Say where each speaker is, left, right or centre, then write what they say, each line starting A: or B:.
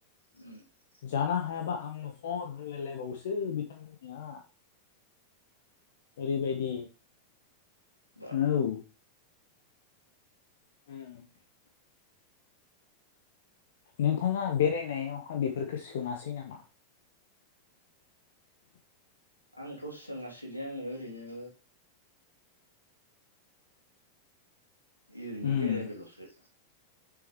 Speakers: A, on the left; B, on the left.
A: <unintelligible>
B: जानो हायाबा आंनो हर होनलायलायबावोसो बिथांमोननिया। ओरैबायदि।
A: बाबरे
B: <inaudible> औव। <unintelligible> नोंथाङा बेरायनायावहााय बेफोरफोरखौ सोङासै नामा?
A: आंथ' सोङासैलै आंङो ओरैनो ओरैनो
B: उम
A: बेरायबाइल'सो।